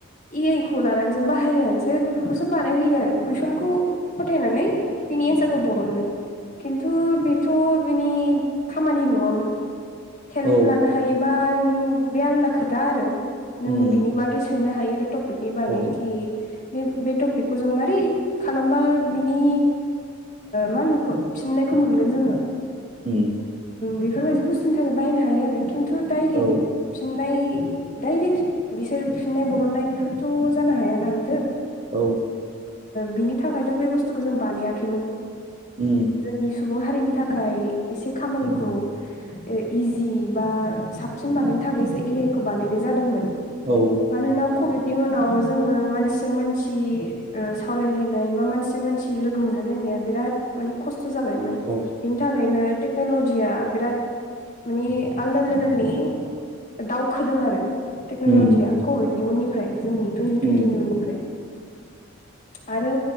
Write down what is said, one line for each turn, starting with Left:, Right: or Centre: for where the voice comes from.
Left: ए आइ खौ लानानैसो बाहायनानैसो बेफोरखौसो बानायहोयो आरो कुइसनखौ फथायनानै बिनि इन्सारखौ बरनो खिन्थु बेथ' बिनि खामानि नङामोन हेल्प
Right: औ
Left: लानो हायोबा नों बे आलदा खोथा आरो।
Right: उम
Left: नों बिनि बागै सोंनो हायो बे ट'पिक नि बागै
Right: औ
Left: बे बे टपिकखौ जों मारै खालामबा बिनि मा होनो फिननायखौ मोनगोन जोंङो
Right: उ
Left: बेफोरबायाददि बुस्थुनि थाखाय बाहायनो हायो आरो खिन्थु दायरेक्
Right: औ
Left: फिननाय दडाइरेक्ट बिसोर फिननाय बरननाय बेफोरथ' जानो हाया नालदो
Right: औव
Left: बिनि थाखायथ' बे बुस्थुखौ जों बानायाखैमोन।
Right: उ
Left: जोंनि सुबुं हारिनि थाखाय एसे खामानिखौ
Right: उम
Left: इजि बा साबसिन बानायनो थाखायसो ए आइ खौ बानायनाय जादोंमोन
Right: औव
Left: मानोना कभिडनि उनाव जोंङो मानसिजों मानसि सावरायलायनाय बा मानसिजों मानसि सि लोगो मोनलायलायनाया बिराद माने खस्थ' जाबायमोन
Right: अ औ
Left: बिनि थाखायनो टेक्नलजिया बिरत मानि आलदा लेभेलनि दावखोदों आरो टेक्न'लजिया
Right: उम
Left: कभिडनि उननिफ्राय जोंनि टुन्टि टुवन्टि
Right: उम
Left: निननिफ्राय आरो